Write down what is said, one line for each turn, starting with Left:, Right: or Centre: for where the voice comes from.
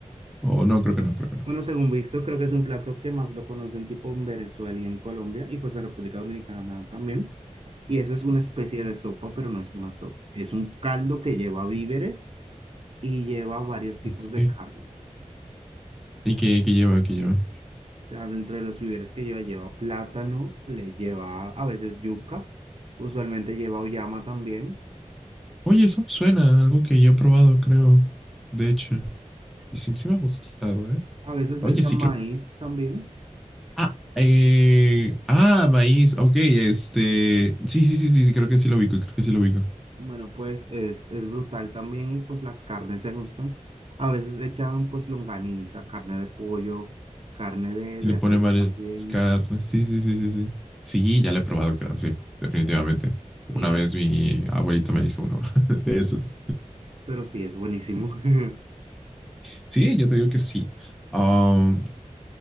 Centre: o no, creo que no, creo que no.
Right: Bueno, según visto, creo que es un plato que más lo conocen tipo en Venezuela y en Colombia, y pues en República Dominicana también. Y eso es una especie de sopa, pero no es una sopa. Es un caldo que lleva víveres y lleva varios tipos
Centre: Ok.
Right: de carne.
Centre: ¿Y qué, qué lleva? ¿Qué lleva?
Right: O sea, dentro de los víveres que lleva, lleva plátano, le lleva a veces yuca, usualmente lleva uyama también,
Centre: Oye, eso suena a algo que yo he probado, creo. De hecho. Y sí, sí me ha gustado, ¿eh?
Right: a veces
Centre: Oye,
Right: le echan
Centre: sí,
Right: maíz
Centre: creo que... sí.
Right: también.
Centre: Ah, eh... ah, maíz. Ok, este... Sí, sí, sí, sí, sí, creo que sí lo ubico, creo que sí lo ubico.
Right: Bueno, pues es, es brutal también y pues las carnes se gustan. A veces le echan pues longaniza, carne de pollo, carne de,
Centre: Y
Right: de
Centre: le pone
Right: res
Centre: varias
Right: también.
Centre: carnes. Sí, sí, sí, sí, sí. Sí, ya lo he probado, creo, sí, definitivamente. Una
Right: Y,
Centre: vez mi abuelita me hizo uno <laughs> de esos.
Right: pero sí, es buenísimo. <laughs>
Centre: Sí, yo te digo que sí. Um,